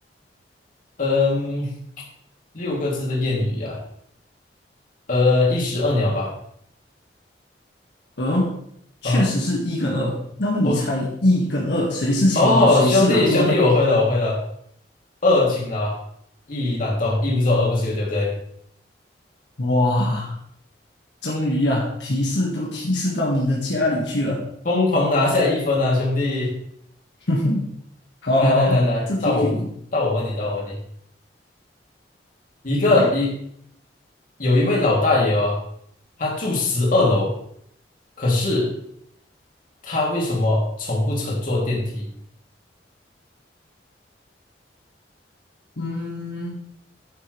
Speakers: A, on the left; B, on the left.
A: 嗯，六个字的谚语呀，呃，一石二鸟吧，
B: 而确实是一跟二。
A: 啊，
B: 那么你猜一跟二谁是勤劳，
A: 我哦，
B: 谁是懒惰呢？
A: 兄弟兄弟，我会了我会了，二勤劳，一懒惰，一不做二不休，对不对？
B: 哇！终于呀，提示都提示到你的家里去了。
A: 疯狂拿下一分啊，兄弟，
B: <laughs> 哼哼，好好好，
A: 来来来来，
B: 这题给你
A: 到我到我问你，到我问你。一个一
B: 来。
A: 有一位老大爷哦，他住十二楼，可是他为什么从不乘坐电梯？
B: 嗯，